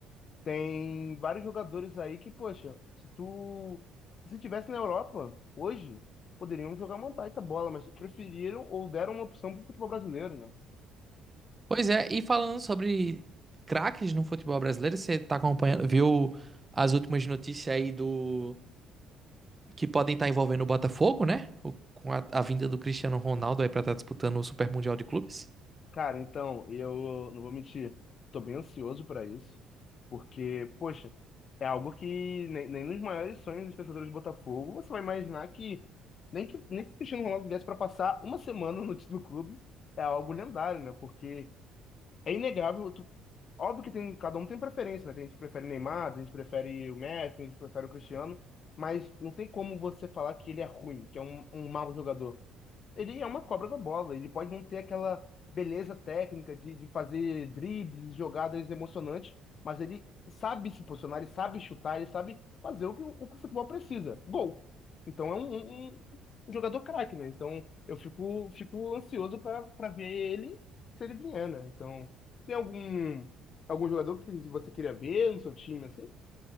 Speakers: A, on the left; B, on the right.
A: Tem vários jogadores aí que, poxa, se tu se tivesse na Europa hoje, poderiam jogar uma baita bola, mas preferiram ou deram uma opção pro futebol brasileiro, né?
B: Pois é, e falando sobre craques no futebol brasileiro, você tá acompanhando, viu as últimas notícias aí do que podem estar envolvendo o Botafogo, né? O- com a, a vinda do Cristiano Ronaldo aí pra estar disputando o Super Mundial de Clubes.
A: Cara, então, eu não vou mentir, tô bem ansioso pra isso, porque, poxa, é algo que nem, nem nos maiores sonhos dos torcedores do Botafogo você vai imaginar que nem que nem que o Cristiano Ronaldo viesse pra passar uma semana no, <laughs> no clube, é algo lendário, né? Porque é inegável. tu- Óbvio que tem, cada um tem preferência, né? Tem gente que prefere o Neymar, tem gente que prefere o Messi, tem gente que prefere o Cristiano, mas não tem como você falar que ele é ruim, que é um, um mau jogador. Ele é uma cobra da bola, ele pode não ter aquela beleza técnica de, de fazer dribles, jogadas emocionantes, mas ele sabe se posicionar, ele sabe chutar, ele sabe fazer o que o, que o futebol precisa, gol. Então é um, um- um um jogador craque, né? Então eu fico, fico ansioso para para ver ele se ele vier, né? Então tem algum algum jogador que você queria ver no seu time assim?